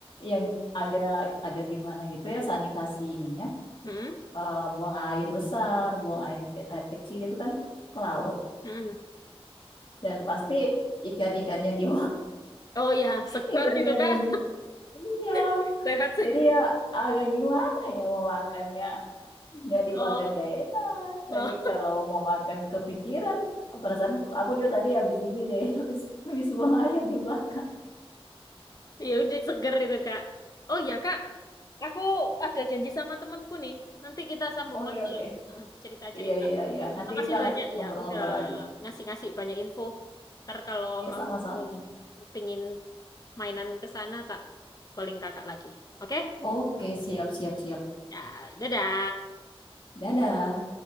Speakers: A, on the left; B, on the left.
A: yang agak agak gimana gitu ya sanitasi ininya.
B: Hmm,
A: eh, buang air besar, buang air, air kecil itu kan ke laut
B: hmm.
A: dan pasti ikan-ikan yang di
B: Oh ya,
A: <laughs>
B: seger
A: ikan-ikan
B: itu kak.
A: yang di Iya,
B: <laughs> Sehat sih.
A: Jadi ya agak gimana ya mau makannya. Nggak dimakan
B: Oh,
A: gak enak. Tapi
B: oh,
A: kalau mau makan kepikiran, perasaan aku juga tadi habis ini deh, <laughs> habis habis buang air di belakang.
B: ya udah seger itu kak. Oh ya kak, Aku ada janji sama temanku nih. Nanti kita sambung
A: Oke
B: lagi
A: oke.
B: ya. Heeh, Cerita-cerita.
A: Iya iya iya. Nanti
B: Makasih
A: kita
B: banyak
A: ngobrol-ngobrol
B: ya udah
A: lagi.
B: ngasih-ngasih banyak info. Ntar kalau
A: Iya
B: aku
A: sama-sama.
B: pengin mainan ke sana tak calling kakak lagi. Oke?
A: Oke siap siap siap.
B: Ya, dadah.
A: Dadah.